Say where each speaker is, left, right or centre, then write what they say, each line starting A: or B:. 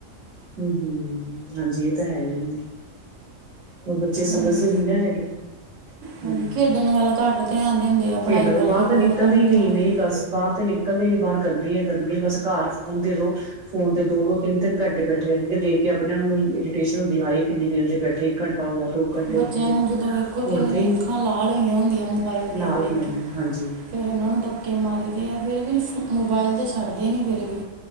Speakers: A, on the right; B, on the right.
A: ਹੂੰ-ਹੂੰ, ਹਾਂਜੀ ਇਹ ਤਾਂ ਹੈ ਈ ਐ। ਉਹ ਬੱਚੇ ਸਮਝਦੇ
B: ਹਾਂਜੀ
A: ਨੀ ਨਾ ਹੈਗੇ। ਹੂੰ,
B: ਹਾਂਜੀ ਖੇਡਣ ਵੱਲ ਘੱਟ ਧਿਆਨ ਦਿੰਦੇ ਆ ਪੜ੍ਹਾਈ
A: ਖੇਡਣ
B: ਵੱਲ
A: ਬਾਹਰ
B: ਵੀ ਬਹੁਤ
A: ਤਾਂ ਨਿਕਲ਼ਦੇ
B: ਘੱਟ
A: ਨੀ
B: ਧਿਆਨ
A: ਨ‌ਈਂ
B: ਦਿੰਦੇ
A: ਬਸ। ਬਾਹਰ ਤੇ ਨਿਕਲਦੇ ਨੀ ਬਾਹਰ ਗਰਮੀ ਐ ਗਰਮੀ ਬਸ ਘਰ ਫੋਨ ਦੇ ਦੋ ਫੋਨ ਤੇ ਦੋ-ਦੋ, ਤਿੰਨ-ਤਿੰਨ ਘੰਟੇ ਬੈਠੇ ਬੈਠੇ ਰਹਿਣਗੇ ਦੇਖ ਕੇ ਆਪਣੇ ਆਪ ਨੂੰ ਇਰੀਟੇਸ਼ਨ ਹੁੰਦੀ ਹਾਏ ਕਿੰਨੀ ਦੇਰ ਦੇ ਬੈਠੇ ਇੱਕ ਘੰਟਾ ਹੋ ਗਿਆ ਦੋ ਘੰਟੇ
B: ਬੱਚਿਆਂ
A: ਹੋ ਗਏ ਤਿੰਨ
B: ਨੂੰ ਜਦੋਂ ਵੇਖੋ ਤੇ
A: ਉੱਠਦੇ
B: ਇਹਨਾਂ ਦੀਆਂ
A: ਹੀ
B: ਅੱਖਾਂ
A: ਨੀ
B: ਲਾਲ ਹੋਈਆਂ ਹੁੰਦੀਆਂ ਮੋਬਾਇਲ ਵੇਖ-ਵੇਖ
A: ਲਾਭ ਹੀ ਆਉਂਦੀਆਂ
B: ਕੇ।
A: ਹਾਂਜੀ
B: ਫਿਰ ਇਹਨਾਂ ਨੂੰ ਦਬਕੇ ਮਾਰੀ ਦੇ ਆ, ਫਿਰ ਵੀ ਨ‌ੀ ਮੋਬਾਇਲ ਤੇ ਛੱਡਦੇ ਨੀ ਫਿਰ ਵੀ।